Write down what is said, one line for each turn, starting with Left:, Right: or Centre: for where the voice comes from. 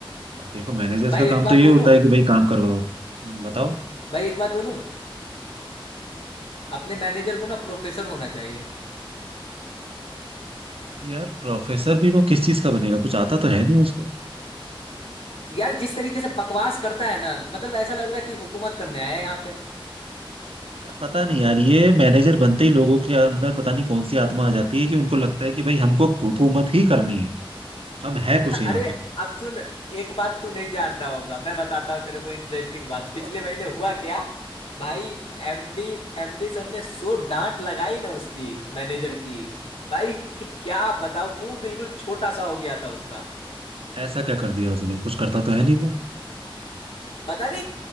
Right: अब देखो मैनेजर्स
Left: भाई
Right: का
Left: एक
Right: काम
Left: बात
Right: तो ये
Left: बोलूं
Right: होता है कि भाई काम करवाओ हम्म, बताओ
Left: भाई एक बात बोलूं अपने मैनेजर को ना प्रोफेसर होना चाहिए
Right: यार प्रोफेसर भी वो किस चीज का बनेगा कुछ आता तो है नहीं उसको
Left: यार जिस तरीके से बकवास करता है ना मतलब ऐसा लग रहा है कि हुकूमत करने आया है यहाँ पे
Right: पता नहीं यार ये मैनेजर बनते ही लोगों के अंदर पता नहीं कौन सी आत्मा आ जाती है कि उनको लगता है कि भाई हमको हुकूमत ही करनी है हम है
Left: <laughs>
Right: कुछ यहाँ
Left: अरे
Right: के
Left: अब सुन एक बात तू नहीं जान रहा होगा मैं बताता हूँ तेरे को इंटरेस्टिंग बात
Right: मतलब
Left: पिछले महीने हुआ क्या भाई एमडी एमडी सर ने सो डांट लगाई ना उसकी मैनेजर की भाई क्या बताऊं मुंह बिल्कुल छोटा सा हो गया था उसका
Right: ऐसा क्या कर दिया उसने कुछ करता तो है नहीं वो
Left: पता नहीं